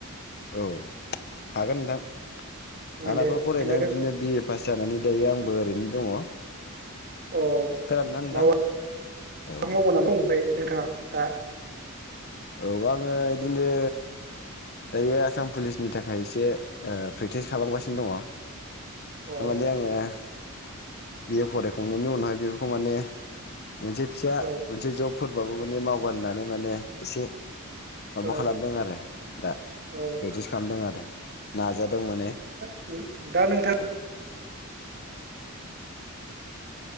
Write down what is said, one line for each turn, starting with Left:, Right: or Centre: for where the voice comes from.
Left: औ हागोन नोंथां आंनाबो
Right: दे
Left: फरायनाय
Right: खोन्थादों
Left: बिदिनो बि ए पास जानानै दायो आंबो ओरैनो दङ
Right: औ
Left: खोनादोंना
Right: माबा
Left: नोंथां औ
Right: मावो नामा ओमफ्राय नोंथाङा दा
Left: औ आङो बिदिनो दायो आसाम पुलिसनि थाखाय एसे ओ प्रेक्टिस खालामगासिनो
Right: औ
Left: दङ। <unintelligible> बिए फरायखांनायनि उनावहाय बेफोरखौ माने मोनसे फिसा
Right: औ
Left: मोनसे जब फोरबाबो माने मावगोन होननानै माने एसे माबा
Right: औ
Left: खालामदों आरो। दा
Right: औ
Left: प्रेक्टिस खालामदों आरो नाजादों माने।
Right: उम दा नोंथां
Left: औ